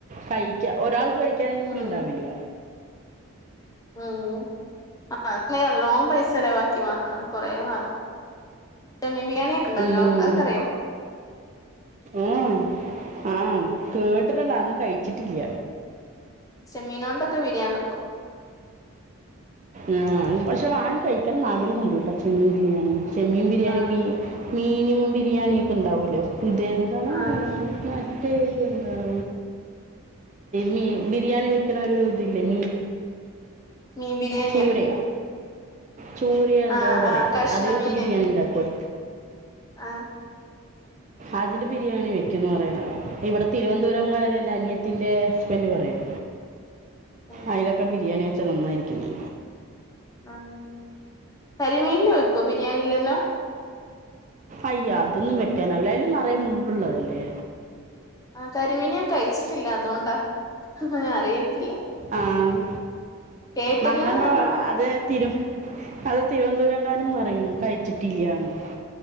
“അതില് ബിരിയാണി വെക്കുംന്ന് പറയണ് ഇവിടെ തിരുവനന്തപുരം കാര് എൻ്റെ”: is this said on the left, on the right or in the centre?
Right